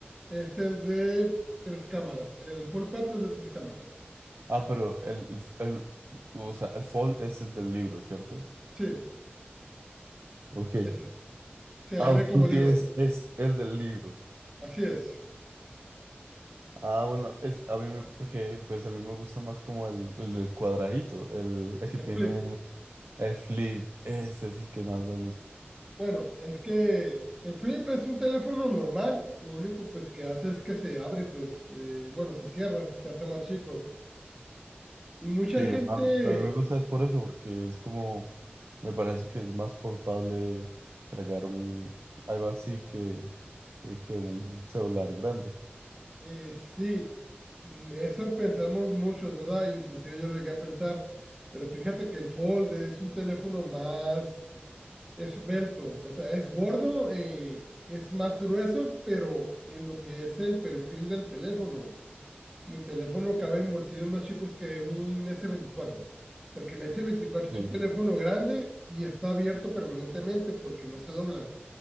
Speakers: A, on the right; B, on the right.
A: este es de tres cámaras. El Fold cuatro es de tres cámaras.
B: Ah, pero el, el, o sea, el Fold es el del libro, ¿cierto?
A: Sí,
B: Ok.
A: ese se abre
B: Ah,
A: como
B: tú
A: libro.
B: tienes, es el del libro.
A: Así es.
B: Ah, bueno, es, a mí me, porque pues a mí me gusta más como el, el del cuadradito, el, el que
A: El
B: tiene
A: flip.
B: el flip, ese es el que más me gusta.
A: Bueno, es que el flip es un teléfono normal, lo único pues que hace es que se abre, pues, eh, bueno, se cierra, se hace más chico. Y mucha
B: Sí,
A: gente,
B: a mí, a mí me gusta es por eso, porque es como, me parece que es más portable cargar un, algo así que, que, que un celular grande.
A: eh, sí, mm, eso pensamos muchos, ¿verdad? Inclusive yo lo llegué a pensar, pero fíjate que el Fold es un teléfono más esbelto, o sea, es gordo, eh, es más grueso, pero en lo que es el perfil del teléfono mi teléfono cabe en bolsillos más chicos que un s veinticuatro, porque el s veinticuatro
B: Sí.
A: es un teléfono grande y está abierto permanentemente porque no se dobla.